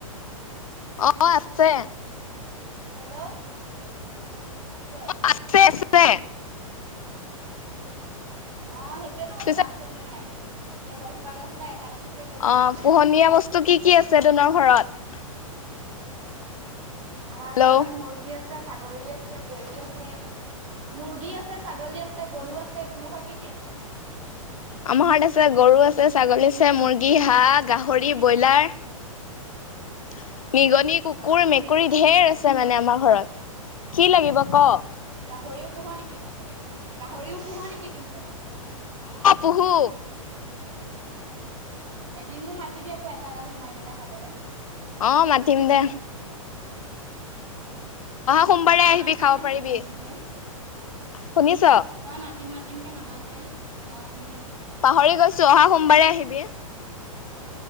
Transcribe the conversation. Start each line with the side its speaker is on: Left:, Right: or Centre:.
Left: অ আছে।
Right: হেল্ল' আছে।
Left: আছে আছে।
Right: অ সেইটোয়টো কৈছো
Left: পিছে
Right: আছে নে নাই একে দহ বাৰ দহ বাৰ এটা কথাকে কৈ থাকিবি
Left: অ পোহনীয়া বস্তু কি কি আছে তহতৰ ঘৰত।
Right: আমাৰ
Left: হেল্ল'
Right: ঘৰত মুৰ্গী আছে। আছে ছাগলী আছে গৰু আছে। মুৰ্গী আছে ছাগলী আছে গৰু আছে তোহতৰ ঘৰত কি কি আছে।
Left: আমাৰ ঘৰত আছে গৰু আছে ছাগলী আছে মুৰ্গী হাঁহ গাহৰি ব্ৰইলাৰ। <unintelligible> নিগনি কুকুৰ
Right: বা গাহৰিও
Left: মেকুৰী
Right: পোহ
Left: ঢেৰ
Right: নেকি?
Left: আছে মানে আমাৰ ঘৰত কি লাগিব ক
Right: গাহৰিও পোহ নেকি তন তৰ গাহৰিও পোহ নেকি তন তৰ।
Left: পূহো।
Right: এদিন মোক মাতিবি আকৌ এটা গাহৰি মাৰি পেলাই খাবলৈ।
Left: অ মাতিমদে। সোমবাৰে
Right: তই নামাতয়ে
Left: আহিবি খাব
Right: মাতিম
Left: পাৰিবি
Right: মাতিমকে
Left: শুনিছ
Right: তই মাতিম ম তিমকে নামাতই অ শুনি আছো।
Left: পাহৰি গৈছো অহা সোমবাৰে আহিবি